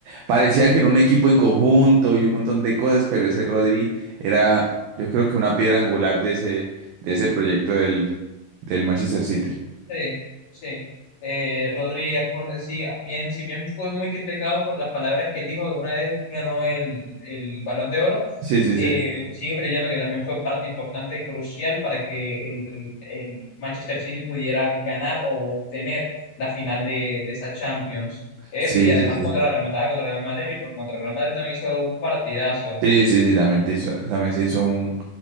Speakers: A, on the right; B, on the left.
A: Parecía que era un equipo en conjunto y un montón de cosas, pero ese Rodri era, yo creo que una piedra angular de ese, de ese proyecto del, del Manchester City.
B: Sí, sí. Eh, Rodríguez fue, un- sí, bien, si bien fue muy criticado por las palabras que él dijo una vez ganó el, el Balón de Oro,
A: Sí, sí,
B: eh,
A: sí.
B: sigo creyendo que también fue parte importante y crucial para que el, el Manchester City pudiera ganar o obtener la final de, de esa Champions. Eh,
A: Sí,
B: y además
A: sí, sí.
B: contra la remontada contra el Real Madrid, porque contra el Real Madrid también hizo un partidazo.
A: Sí, sí, sí, también, te hizo- también se hizo un,